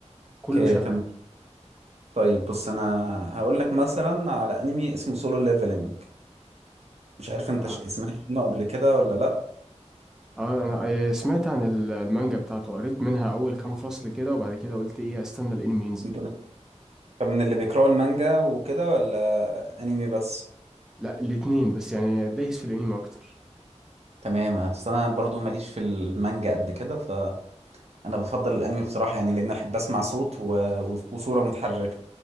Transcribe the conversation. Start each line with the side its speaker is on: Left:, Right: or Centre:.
Centre: كله
Right: اوكي،
Centre: شغال
Right: تمام. طيب بص انا هقول لك مثلا على انمي اسمه سولو ليفلنج مش عارف انت
Centre: اه
Right: ش- سمعت عنه قبل كده ولا لا
Centre: اه انا ايه، سمعت عن ال- المانجا بتاعته قريت منها اول كام فصل كده وبعد كده قلت ايه استنى الانمي ينزل
Right: انت طب من اللي بيقراوا المانجا وكده ولا انمي بس
Centre: لا الاتنين بس يعني دايس في الانمي اكتر
Right: تمام اصل انا برضو ماليش في المانجا قد كده فانا بفضل الانمي بصراحة يعني لان احب اسمع صوت و... و- وصورة متحركة